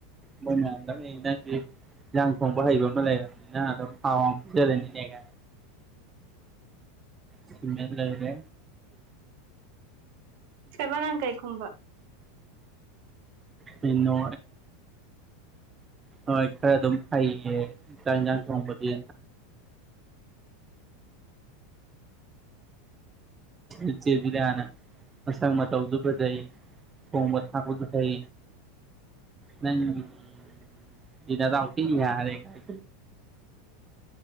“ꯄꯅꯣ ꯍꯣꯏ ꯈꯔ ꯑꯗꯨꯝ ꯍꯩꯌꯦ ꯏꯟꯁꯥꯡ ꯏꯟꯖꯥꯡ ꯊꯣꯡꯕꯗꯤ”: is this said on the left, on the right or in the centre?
Right